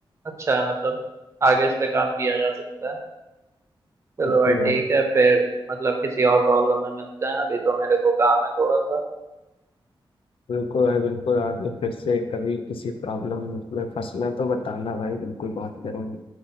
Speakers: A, on the right (about 30°); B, on the left (about 85°).
A: अच्छा है मतलब आगे इस पे काम किया जा सकता है चलो
B: बिल्कुल
A: भाई ठीक
B: भाई
A: है फिर मतलब किसी और प्रॉब्लम में मिलते हैं अभी तो मेरे को काम है थोड़ा सा
B: बिल्कुल भाई बिल्कुल आगे फिर से कभी किसी प्रॉब्लम में फंसना तो बताना भाई बिल्कुल बात करेंगे